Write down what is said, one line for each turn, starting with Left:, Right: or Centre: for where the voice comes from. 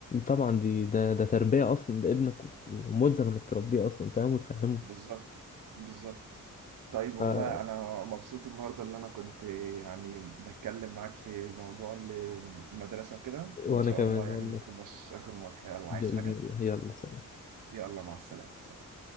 Left: طبعا دي ده ده تربية أصلا ده ابنك و- وملزم إنك تربيه أصلا فاهم وتفهمه
Right: بالظبط بالظبط طيب والله
Left: آه،
Right: انا مبسوط النهارده اللي انا كنت يعني بتكلم معاك في موضوع المدرسه كده وان
Left: وأنا
Right: شاء
Left: كمان
Right: الله يعني
Left: والله
Right: ما تبقاش اخر مره يلا
Left: بإذن
Right: عايز حاجه
Left: الله يلا سلام
Right: يلا مع السلامه